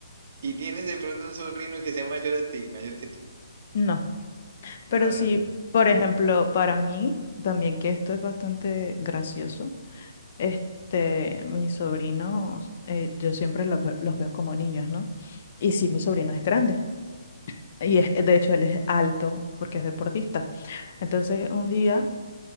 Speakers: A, on the right (about 50°); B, on the left (about 45°).
A: ¿Y tienes de pronto un sobrino que sea mayor a ti, mayor que tú?
B: No, pero
A: No, no,
B: sí,
A: no. no.
B: por ejemplo, para mí, también que esto es bastante gracioso, este, mis sobrinos, eh, yo siempre los, ve- los veo como niños, ¿no? Y sí, mi sobrino es grande. Y es, de hecho, él es alto porque es deportista. Entonces, un día